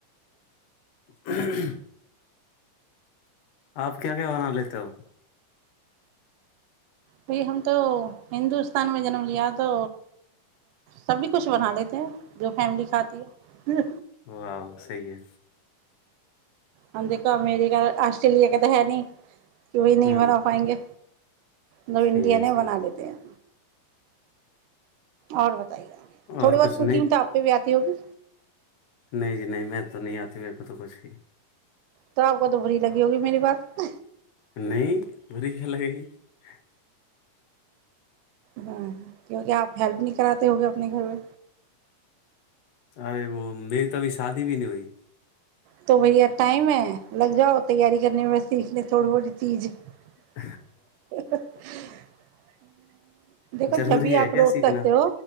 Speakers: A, on the left; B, on the right.
A: <inaudible> آپ کیا کہوناا لیتے ہو
B: بائی ہم تو ہندوستان میں جنم لیا تو سبھی کچھ بنا لیتے ہیں جو فیملی کھاتی ہے
A: واہ صحیح ہے
B: ہم دیکھو امیریکا آسٹریلیا کے تو ہے نہیں کیی نہیں
A: ہوں
B: منا پائیں گے مطب انڈین
A: صحیح ہے
B: ہی
A: صحیح
B: بنا لیتے ہیں اور بتائیے تھوڑی
A: اور
B: بہت
A: کچھ
B: کوکنگ
A: نہیں
B: تو آپ پہ بھی آ تیو بھی
A: نہیں جی نہیں میں تو نہیں آتی میرے کو تو کچھ بھی
B: تو آ کو تو بری لگی ہوگی میری بات
A: نہیں بڑی گل ہےگ ہ
B: ہاں کیونکہ آپ ہیلپ نہیں کراتے ہو گے اپنے گھر میں
A: ارے وہ میری تو ابھی شادی بھی نہیں ہوئی
B: تو بھیا ٹائم ہے لگ جاؤ تیاری کرنے میں سیکھ لیں تھوڑی بہڑی چیز
A: ج <inaudible>
B: <inaudible> دیکھو
A: ضروری
B: جب بھی
A: ہے
B: آپ
A: کیا
B: روک
A: سیکھنا
B: سکتے ہو